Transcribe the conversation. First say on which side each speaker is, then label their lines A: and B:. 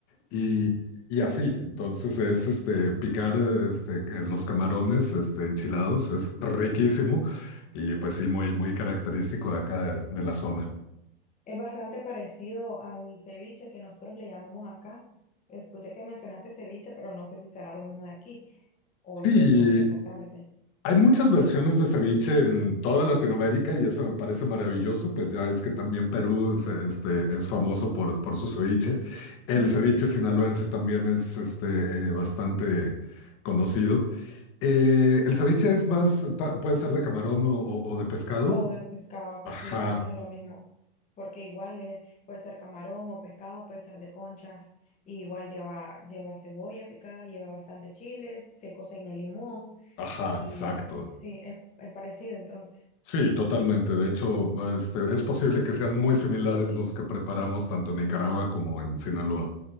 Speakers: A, on the left (about 45°); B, on the left (about 25°).
A: y, y así, entonces es este picar este, los camarones este, enchilados, es riquísimo y pues sí, muy, muy característico de acá de, de la zona.
B: Es bastante parecido al ceviche que nosotros le llamamos acá. Escuché que mencionaste ceviche, pero no sé si será lo mismo de aquí o
A: Sí,
B: es eso exactamente.
A: hay muchas versiones
B: Es,
A: de ceviche en toda Latinoamérica y eso me parece maravilloso, pues ya es que también Perú se- este, es famoso por, por su ceviche. El
B: ujú,
A: ceviche sinaloense también es este, eh, bastante conocido. Eh, el ceviche es más, ta- puede ser de camarón o, o- o de pescado,
B: o de pescado, pues
A: Ajá,
B: sí, entonces es lo mismo. Porque igual es- puede ser camarón o pescado, puede ser de conchas. Y igual lleva, lleva cebolla picada, lleva bastante chiles, se cose en el limón
A: ajá,
B: y
A: exacto.
B: así. Sí, es, es parecido entonces.
A: Sí, totalmente. De hecho, este, es posible que sean muy similares los que preparamos tanto en Nicaragua como en Sinaloa.